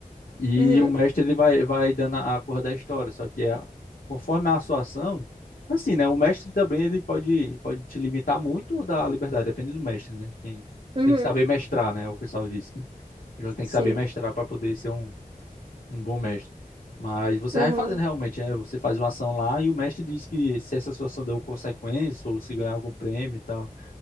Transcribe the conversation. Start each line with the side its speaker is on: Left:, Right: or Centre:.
Left: E
Right: Uhum,
Left: o mestre ele vai, vai dando a a cor da história, só que a- conforme a sua ação, assim, né? O mestre também ele pode, pode te limitar muito ou dar liberdade, depende do mestre, né? Quem
Right: uhum,
Left: tem que saber mestrar, né? O pessoal diz que o jogo tem
Right: Sim.
Left: que saber mestrar para poder ser um, um bom mestre. Mas você vai
Right: Aham.
Left: fazendo realmente, é, você faz uma ação lá e o mestre diz que se essa sua ação deu consequência ou se ganhar algum prêmio e tal.